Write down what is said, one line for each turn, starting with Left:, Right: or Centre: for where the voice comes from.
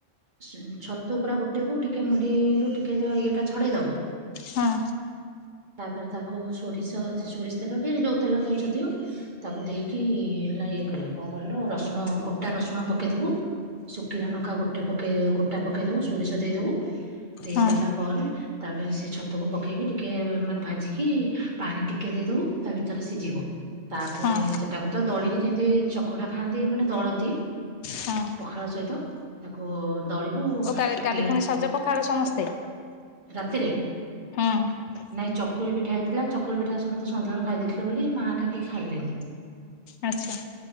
Right: ଛତୁ ପୁରା ଗୋଟେକୁ ଟିକେ ମୁଣ୍ଡିରୁ ଟିକେ ଯେ ଇଏଟା ଛଡ଼େଇ ଦବ।
Left: ହଁ
Right: ତାପରେ ତାକୁ ସୋରିଷ ସେ ସୋରିଷ ତେଲ କି ଯୋଉ ତେଲ ଦଉଛ ଦିଅ। ତାକୁ ଦେଇକି ହେଲା ଇଏ କରିବ କଣ କହିଲୁ ରସୁଣ ଗୋଟା ରସୁଣ ପକେଇଦବୁ। ଶୁଖିଲା ନଙ୍କା ଗୋଟେ ପକେଇ ଗୋଟା ପକେଇଦବୁ ସୋରିଷ ଦେଇଦବୁ। ଦେଇ
Left: ହଁ
Right: ସାରିଲା ପରେ ତାପରେ ସେ ଛତକୁ ପକେଇକି ଟିକେ ମାନେ ଭାଜିକି ପାଣି ଟିକେ ଦେଇଦବୁ ତା ଭିତରେ ସିଝିବ। ତାପରେ
Left: ହଁ
Right: ସେଟା କ ତ ଦଳିକି କେମତି ଚକଟା ଖାଆନ୍ତି ମାନେ ଦଳନ୍ତି।
Left: ହଁ
Right: ପଖାଳ ସହିତ ତାକୁ ଦଳିବୁ
Left: ଓ କାଲି କାଲି
Right: ପିଆଜ
Left: ପୁଣି ପଖାଳ ସମସ୍ତେ?
Right: ରାତିରେ।
Left: ହଁ।
Right: ନାଇଁ ଚକୁଳି ପିଠା ହେଇଥିଲା ଚକୁଳି ପିଠା ସମସ୍ତେ ସନ୍ଧ୍ୟାବେଳେ ଖାଇ ଦେଇଥିଲେ ବୋଲି ମାଆ କା କେହି ଖାଇଲେନି।
Left: <inaudible> ଆଚ୍ଛା।